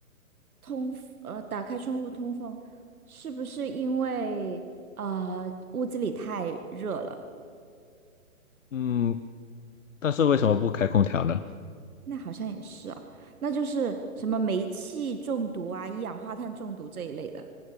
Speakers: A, on the right (about 85°); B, on the left (about 60°).
A: 通，呃，打开窗户通风，是不是因为呃屋子里太热了？
B: 嗯，但是为什么不开空调呢？
A: 那好像也是啊，那就是什么煤气中毒啊、一氧化碳中毒这一类的